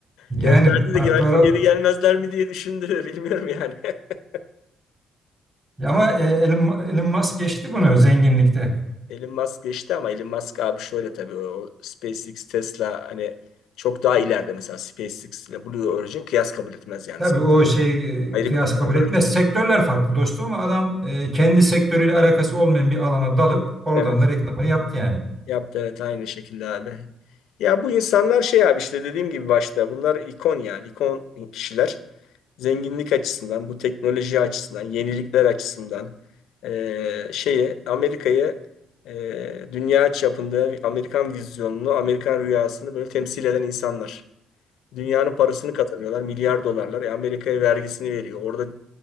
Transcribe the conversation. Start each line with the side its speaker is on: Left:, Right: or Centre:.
Right: Yani
Left: Gönderdi
Right: pa-
Left: de belki
Right: para
Left: geri gelmezler mi diye düşündü. Bilmiyorum yani. <laughs>
Right: ama e, Elon, Elon Musk geçti bunu zenginlikte.
Left: Elon Musk geçti ama Elon Musk abi şöyle tabii o SpaceX, Tesla hani çok daha ileride mesela SpaceX ile Blue Origin kıyas kabul etmez yani.
Right: Tabii o şey
Left: Ayrı
Right: e, kıyas
Left: bir kulvarda
Right: kabul etmez.
Left: artık.
Right: Sektörler farklı dostum ama adam e, kendi sektörüyle alakası olmayan bir alana dalıp oradan
Left: Evet.
Right: da reklamını yaptı yani.
Left: Yaptı evet aynı şekilde abi. Ya bu insanlar şey abi işte dediğim gibi başta bunlar ikon yani ikon kişiler. Zenginlik açısından, bu teknoloji açısından, yenilikler açısından eee, şeyi Amerika'yı eee, dünya çapında Amerikan vizyonunu, Amerikan rüyasını böyle temsil eden insanlar. Dünyanın parasını kazanıyorlar. Milyar dolarlar. E, Amerika'ya vergisini veriyor. Orada